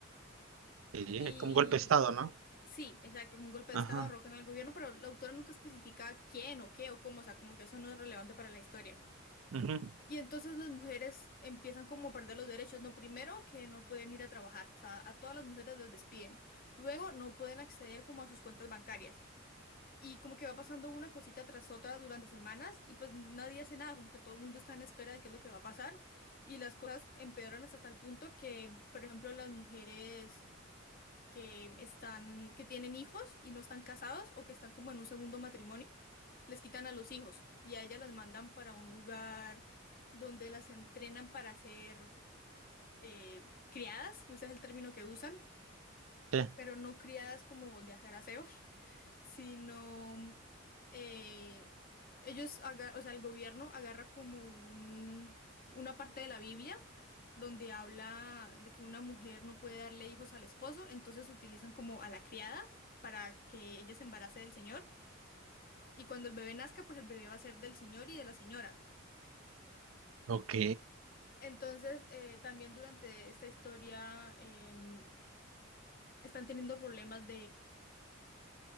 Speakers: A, on the right; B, on the left.
A: Sí,
B: Y
A: es como un golpe de estado, ¿no?
B: sí, exacto, como un golpe
A: Ajá.
B: de estado derrocan al gobierno, pero la autora nunca especifica quién o qué o cómo, o sea, como que eso no es relevante para la historia.
A: ujú,
B: Y entonces las mujeres empiezan como a perder los derechos, ¿no? Primero que no pueden ir a trabajar, o sea, a todas las mujeres las despiden. Luego no pueden acceder como a sus cuentas bancarias. Y como que va pasando una cosita tras otra durante semanas y pues nadie hace nada, como que todo el mundo está en espera de qué es lo que va a pasar. Y las cosas empeoran hasta tal punto que, por ejemplo, las mujeres que están, que tienen hijos y no están casados o que están como en un segundo matrimonio, les quitan a los hijos y a ellas las mandan para un lugar donde las entrenan para ser eh, criadas, ese es el término que usan,
A: Sí.
B: pero no criadas como de hacer aseo sino eh, ellos, aga- o sea, el gobierno agarra como un, una parte de la Biblia donde habla de que una mujer no puede darle hijos al esposo, entonces utilizan como a la criada para que ella se embarace del señor y cuando el bebé nazca, pues el bebé va a ser del señor y de la señora.
A: Ok.
B: Entonces, eh, también durante esta historia em, están teniendo problemas